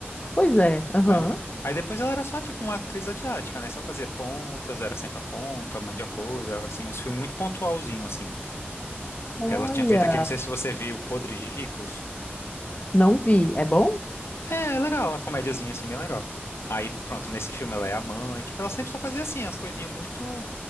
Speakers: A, on the left (about 35°); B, on the left (about 80°).
A: Pois é, aham.
B: lembra? Aí depois ela era só tipo uma atriz asiática, né? Só fazia pontas, era sempre a ponta, mandia coisa, assim, uns filmes muito pontualzinho, assim.
A: Olha,
B: Ela tinha feito aquele, não sei se você viu, Podre de Ricos.
A: não vi. É bom?
B: É, é legal, a comédiazinha assim, bem legal. Aí, pronto, nesse filme ela é a mãe, tipo, ela sempre só fazia assim, as coisinhas muito.